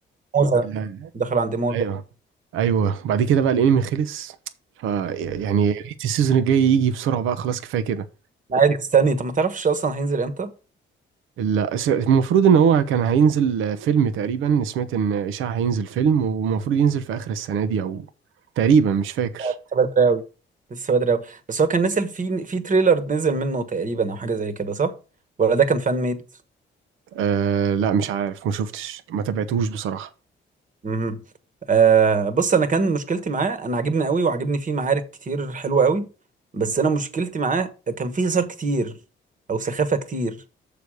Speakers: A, on the right (about 40°); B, on the right (about 85°).
A: موزة
B: ال-
A: دخل عند موزة
B: أيوه أيوه بعد كده بقى الأنمي خلص ف يعني يا ريت السيزون الجاي يجي بسرعة بقى خلاص كفاية كده
A: قاعد مستني طب ما تعرفش اصلا هينزل امتى
B: ال- س- المفروض إن هو كان هينزل فيلم تقريبا سمعت إن إشاعة هينزل فيلم ومفروض ينزل في آخر السنة دي أو تقريبا مش فاكر
A: لسه بدري قوي لسه بدري قوي بس هو كان نزل في في تريلر نزل منه تقريبا او حاجه زي كده صح ولا ده كان فان ميد
B: أه لا مش عارف ما شفتش ما تابعتهوش بصراحة
A: امم آه بص انا كان مشكلتي معاه انا عجبني قوي وعجبني فيه معارك كتير حلوه قوي بس انا مشكلتي معاه كان فيه هزار كتير او سخافه كتير